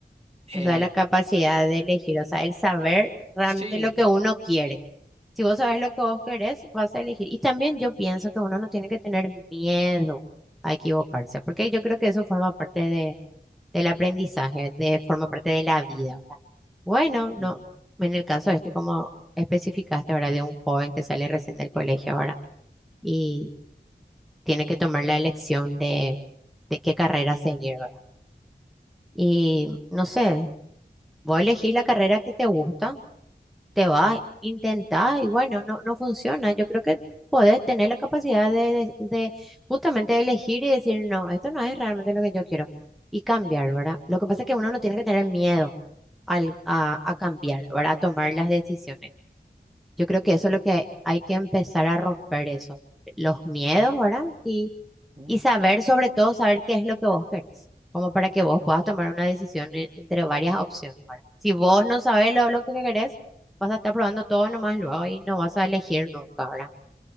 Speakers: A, on the right; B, in the centre.
A: Eh,
B: O sea, la capacidad de elegir, o sea, el saber realmente
A: sí.
B: lo que uno quiere. Si vos sabes lo que vos querés, vas a elegir. Y también yo pienso que uno no tiene que tener miedo a equivocarse, porque yo creo que eso forma parte de, del aprendizaje, de, forma parte de la vida, ¿verdad? Bueno, no,
A: Ujú,
B: en el caso este, como especificaste, ¿verdad? De un joven que sale recién del colegio ahora y tiene que tomar la elección de, de qué carrera seguir, ¿verdad? Y no sé, vos elegís la carrera que te gusta te vas, intentás y bueno, no, no funciona. Yo creo que podés tener la capacidad de, de, de justamente elegir y decir, no, esto no es realmente lo que yo quiero y cambiar, ¿verdad? Lo que pasa es que uno no tiene que tener miedo al, a, a cambiar, ¿verdad? A tomar las decisiones. Yo creo que eso es lo que hay que empezar a romper eso, los miedos, ¿verdad? Y
A: ujú,
B: y saber, sobre todo, saber qué es lo que vos querés, como para que vos puedas tomar una decisión en- entre varias opciones. Ahora, si vos no sabés lo, lo que querés, vas a estar probando todo nomás luego y no vas a elegir nunca, ¿verdad?